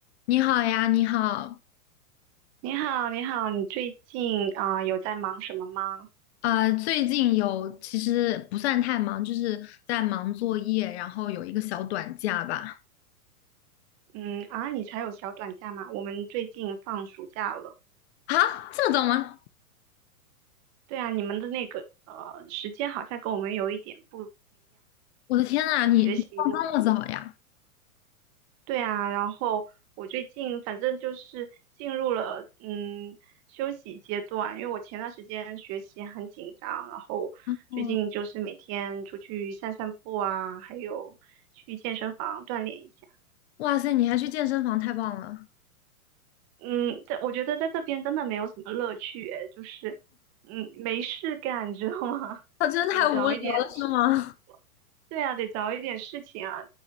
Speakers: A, on the left (about 45°); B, on the right (about 35°).
A: 你好呀，你好。
B: 你好，你好，你最近啊、有在忙什么吗？
A: 呃，最近有其实不算太忙，就是在忙作业，然后有一个小短假吧。
B: 嗯啊，你才有小短假吗？我们最近放暑假了。
A: 啊，这么早吗？
B: 对啊，你们的那个呃时间好像跟我们有一点不
A: 我的天呐，你你放这么早呀？
B: 学习的。对啊，然后我最近反正就是进入了嗯休息阶段，因为我前段时间学习很紧张，然后最近就是每天出去散散步啊，
A: 哇
B: 还有去健身房锻炼一下。
A: 哇塞，你还去健身房，太棒了！
B: 嗯，在我觉得在这边真的没有什么乐趣，哎，就是，嗯，没事干，你知道吗？<laughs>
A: 他真的太无聊了，
B: 得找一点事情。
A: 是吗？
B: 对啊，得找一点事情啊，